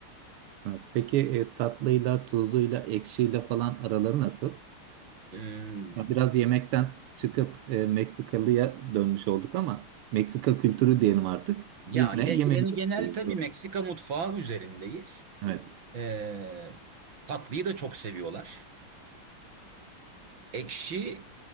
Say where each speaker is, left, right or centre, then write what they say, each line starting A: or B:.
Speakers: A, on the right; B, on the right.
A: Evet, Peki e, tatlıyla, tuzluyla, ekşiyle falan araları nasıl?
B: Hmm,
A: Ya biraz yemekten çıkıp e, Meksikalıya dönmüş olduk ama Meksika kültürü diyelim artık.
B: ya
A: Yine
B: ge-
A: yemeğe
B: gene- genel
A: dönüyoruz.
B: tabii Meksika mutfağı üzerindeyiz.
A: Evet.
B: Eee tatlıyı da çok seviyorlar. Ekşi